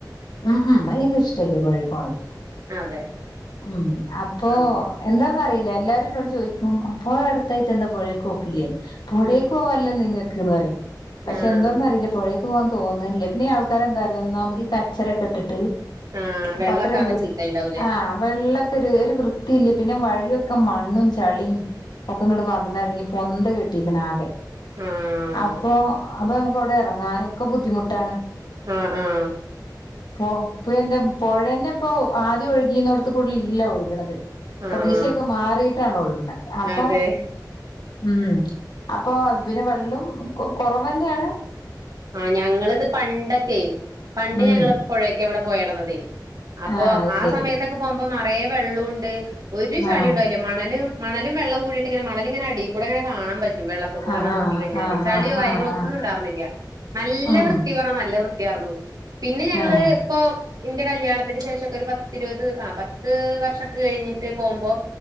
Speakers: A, on the left; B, on the right.
A: ഉം ഉം <unintelligible> <unintelligible>
B: അതെ
A: ഉ അപ്പൊ
B: ആഹ്
A: എന്താ എന്ക്കേറില്ല എല്ലാരും എന്നോട് ചോയ്ക്കും പുഴ അടുത്തായിട്ട് എന്താ പുഴേക്ക് പോകില്ലേയ് പുഴേക്ക്
B: ആഹ്
A: പോകല്ലോ നിങ്ങക്ക് <unintelligible> പക്ഷെ
B: ആഹ്
A: എന്തന്നറിയില്ല പുഴ പോവാൻ തോന്നുന്നില്ല പിന്നെ ആൾക്കാരെന്തരിയോ ഒന്നാമത് ഈ കച്ചറൊക്കെ ഇട്ടിട്ട്
B: ആഹ്
A: അപ്പൊ
B: വെള്ളൊക്കെ
A: അത്രയും
B: ആകെ
A: വൃ
B: ചീത്തയായിണ്ടാവൂലേ
A: ആ വെള്ള ഒരു ഒരു വൃത്തിയില്ല. പിന്നെ വഴിയൊക്കെ മണ്ണും ചളീം ഒക്കെ ഇങ്ങോട്ട് വന്നെറങ്ങി, പൊന്ത കെട്ടിക്കാണ് ആകെ.
B: ആഹ്
A: അപ്പൊ അപ്പൊ അവിടെ ഇറങ്ങാനും ഒക്കെ ബുദ്ധിമുട്ടാണ്
B: ഉം ഉം
A: പോപ്പ എന്താ പുഴന്നെ ഇപ്പൊ ആദ്യം ഒഴുകീന്നോടത്ത് കൂടല്ല ഒഴുകണത് ഇപ്പൊ
B: ആഹ്
A: ദിശയൊക്കെ മാറീട്ടാണ് ഒഴുകുന്നത് അപ്പൊ
B: അതെ
A: ഉം അപ്പൊ പിന്നെ വെള്ളം കൊ കൊറവന്നെണ്
B: ആ ഞങ്ങളത് പണ്ടൊക്കെ പണ്ട്
A: ഉം
B: ഞങ്ങള് പുഴക്ക് വിടെ പോയിടന്നതേ അപ്പൊ
A: ആഹ് അത്
B: ആ
A: ശരി
B: സമയത്തൊക്കെ പോകുമ്പോ നെറയെ വെള്ളൊണ്ട് ഒരു ചളി
A: ആഹ്
B: ഉണ്ടായില്ല മണലും മണലും വെള്ളം കൂടിയിട്ട് ഇങ്ങനെ മണലിങ്ങനെ അടീക്കൂടെ ഇങ്ങനെ കാണാം പറ്റും വെള്ളത്തി കൂടെങ്ങനെ വെള്ളത്തിക്കൂടെ
A: ആഹ്
B: ഇങ്ങനെ നോക്കിക്കഴിഞ്ഞാല്,
A: ആഹ് ആഹ്
B: ചളിയോ കാര്യങ്ങളോ
A: ആഹ്
B: ഒന്നും
A: ആഹ്
B: ഉണ്ടാർന്നില്ല. നല്ല
A: ആഹ് ഉം
B: വൃത്തി പറഞ്ഞാ നല്ല വൃത്തി പിന്നെ ഞങ്ങള്
A: ആഹ്
B: ഇപ്പൊ ഇന്റെ കല്യാണത്തിന് ഇന്റെ കല്യാണത്തിന് ശേഷോക്കെ, ഒരു പത്തിരുപത്, ആ പത്ത് വർഷൊക്കെ കഴിഞ്ഞിട്ട് പോകുമ്പോ